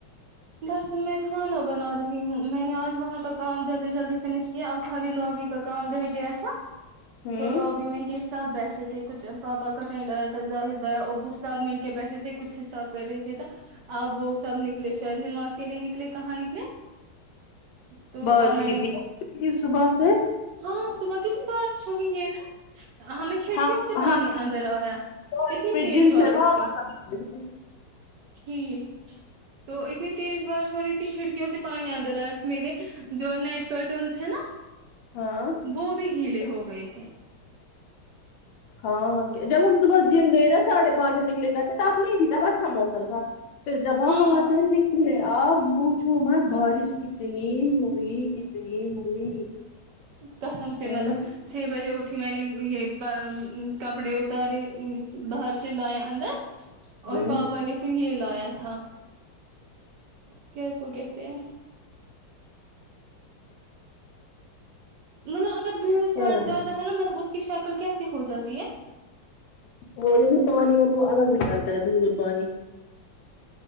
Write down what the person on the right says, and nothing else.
بس میں کھانا بنا رہی ہوں میں نے آج وہاں کا کام جلدی جلدی فنش کیا اب خالی لوبی کا کام رہ گیا تھا
بولو اب میں یہ سب بیٹھے تھے کچھ پاپا کا فرینڈ آیا تھا ظاہر بھیا ابو سب مل کے بیٹھے تھے کچھ حساب کر رہے تھے تو اب وہ سب نکلے شاید نماز کے لیے نکلے کہاں نکلے تو
اب میں
نے
ہاں صبح کتنی بارش ہوئی ہے نہ ہمیں کھڑکیوں
سے پانی
اندر آیا
اتنی
تیز
بارش
تھی
فی تو اتنی تیز بارش ہو رہی تھی کھڑکیوں سے پانی اندر آیا میرے جو نیٹ کرٹینس ہے نا
وہ بھی گیلے ہو گئے تھے
ہاں
قسم سے
مطلب چھ بجے اٹھی میں نے یہ کپڑے اتارے باہر سے لیے اندر
اور پاپا نے پھر یہ لایا تھا کیا اس کو کہتے ہیں مطلب اگر دودھ
پھٹ
جاتا ہے نا مطلب اس کی شکل کیسی ہو جاتی ہے